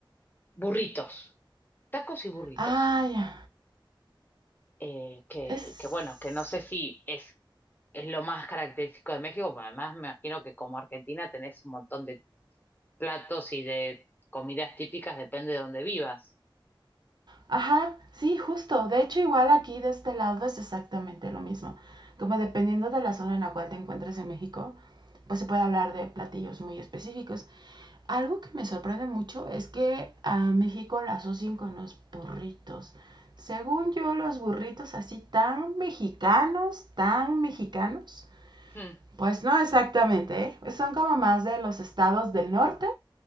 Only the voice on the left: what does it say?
burritos, tacos y burritos.
Eh, que,
que bueno, que no sé si es es lo más característico de México, pero además me imagino que como Argentina tenés un montón de platos y de comidas típicas depende de dónde vivas.
Hmm,